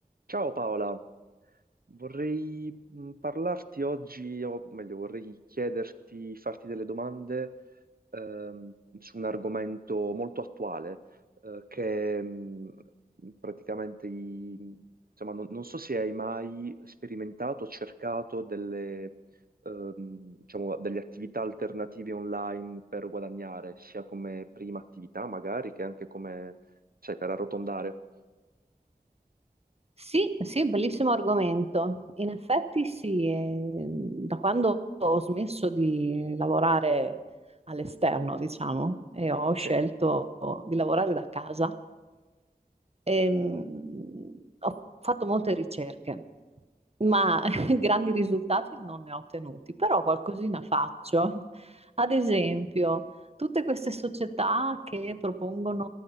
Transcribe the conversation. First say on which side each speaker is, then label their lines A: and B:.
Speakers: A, on the right; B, on the right.
A: Ciao Paola, vorrei mh, parlarti oggi, o meglio, vorrei chiederti, farti delle domande ehm, su un argomento molto attuale, eh, che mh, praticamente, i- insomma, non, non so se hai mai sperimentato o cercato delle, ehm, diciamo, delle attività alternative online per guadagnare, sia come prima attività magari che anche come, sai, per arrotondare.
B: Sì, sì, bellissimo argomento. In effetti sì, eh, da quando ho smesso di lavorare all'esterno, diciamo, e ho scelto
A: Sì,
B: di lavorare da casa, ehm, ho fatto molte ricerche, ma <laughs> grandi risultati non ne ho ottenuti, però qualcosina faccio. Ad esempio, tutte queste società che propongono,